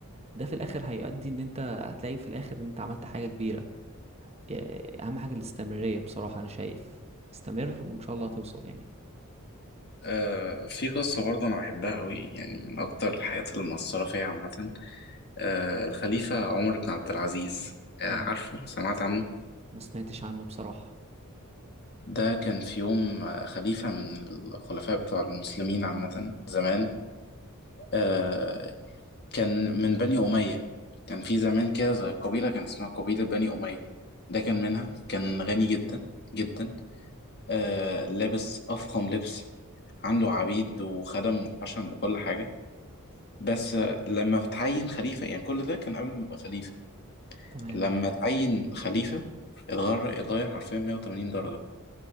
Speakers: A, on the right; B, on the left.
A: ده في الاخر هيؤدي ان انت هتلاقي في الاخر ان انت عملت حاجة كبيرة آه، اهم حاجة الاستمرارية بصراحة انا شايف استمر وان شاء الله هتوصل يعني
B: آه في قصة برضه أنا بحبها قوي يعني من أكتر الحاجات اللي مأثرة فيا عامة آه الخليفة عمر بن عبد العزيز آه
A: مم.
B: عارفه سمعت عنه
A: ما سمعتش عنه بصراحة
B: ده كان في يوم آه، خليفة من الخلفاء بتوع المسلمين عامة زمان آه، كان من بني أمية كان في زمان كده زي قبيلة كان اسمها قبيلة بني أمية ده كان منها كان غني جدا جدا آه لابس أفخم لبس عنده عبيد وخدم وحشم وكل حاجة بس آه، لما اتعين خليفة يعني كل ده كان قبل ما يبقى خليفة
A: تمام
B: لما اتعين خليفة اتغير اتغير حرفيا 180 درجة